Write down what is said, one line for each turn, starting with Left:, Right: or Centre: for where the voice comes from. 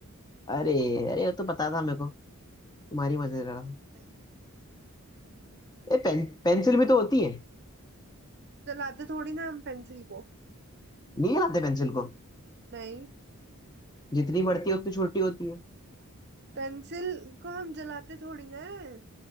Left: अरे अरे वो तो पता था मेरे को तुम्हारी मजे
Right: ये
Left: ले रहा था
Right: सही होते हैं।
Left: ए पेन पेंसिल भी तो होती है
Right: जलाते थोड़ी ना हम पेंसिल को
Left: नहीं आते पेंसिल को
Right: नहीं
Left: जितनी बढ़ती है उतनी छोटी होती है
Right: पेंसिल को हम जलाते थोड़ी ना है